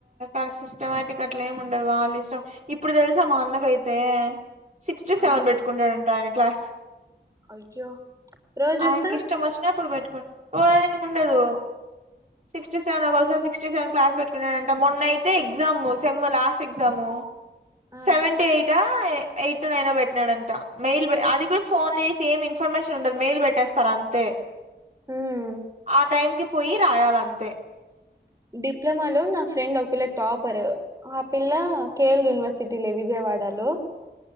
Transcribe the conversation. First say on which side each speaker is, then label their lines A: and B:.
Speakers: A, on the right; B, on the right.
A: ఆ సిస్టమటిక్గా అట్లా ఏమి ఉండదు వాళ్ళ ఇష్టం ఇప్పుడు తెలుసా మా అన్నకైతే సిక్స్ టు సెవెన్
B: ఆ
A: పెట్టుకుంటాడంట ఆయన క్లాస్
B: అయ్యో రోజంతా
A: ఆయనకి ఇష్టం వచ్చినప్పుడు పెట్టుకో ఓయేమి ఉండదు సిక్స్ టు సెవెన్ అవర్స్ ఒకకసారి సిక్స్టీ సెవెన్ క్లాస్ పెట్టుకున్నాంట మొన్న అయితే ఎగ్జాము సెమ్ లాస్ట్ ఎగ్జాము
B: ఆ
A: సెవెన్ టు ఎయిటా ఎయిట్ టు నైన్ పెట్టినాడంట మెయిల్ అది కూడా ఫోన్ లో చేసి ఏమి ఇన్ఫర్మేషన్ ఉండదు మెయిల్ పెట్టేస్తారు అంతే
B: ఉమ్
A: ఆ టైంకిి పోయి రాయాలంతే
B: డిప్లమా లో నా ఫ్రెండ్ ఒక పిల్ల టాపర్ ఆ పిల్ల కేఎల్ యూనివర్సిటీ లె విజయ వాడలో